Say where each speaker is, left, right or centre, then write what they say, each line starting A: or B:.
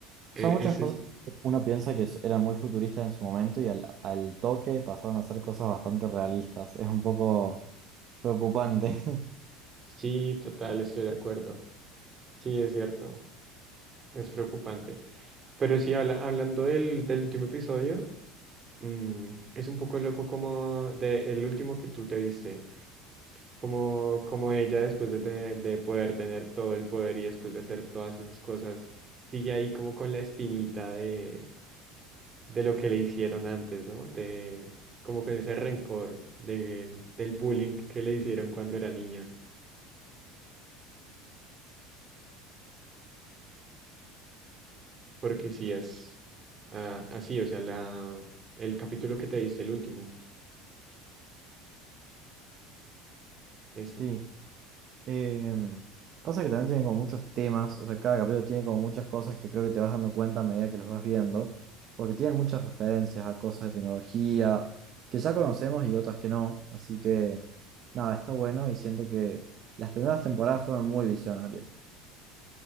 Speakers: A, on the right (about 25°); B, on the right (about 40°).
A: e-
B: Son muchas
A: ese,
B: cosas que uno piensa que s- eran muy futuristas en su momento y al, al toque pasaron a ser cosas bastante realistas. Es un poco preocupante. <laughs>
A: Sí, total, estoy de acuerdo. Sí, es cierto, es preocupante. Pero sí, habla, hablando del, del último episodio, mm, es un poco loco como de el último que tú te viste, como, como ella después de, te- de poder tener todo el poder y después de hacer todas esas cosas, sigue ahí como con la espinita de de lo que le hicieron antes, ¿no? De como con ese rencor de, del bullying que le hicieron cuando era niña. Porque sí es ah, así, o sea, la, el capítulo que te diste, el último, ese.
B: Sí. Em, pasa que también tiene como muchos temas, o sea, cada capítulo tiene como muchas cosas que creo que te vas dando cuenta a medida que los vas viendo, porque tienen muchas referencias a cosas de tecnología que ya conocemos y otras que no, así que nada, está bueno y siento que las primeras temporadas fueron muy visionarias.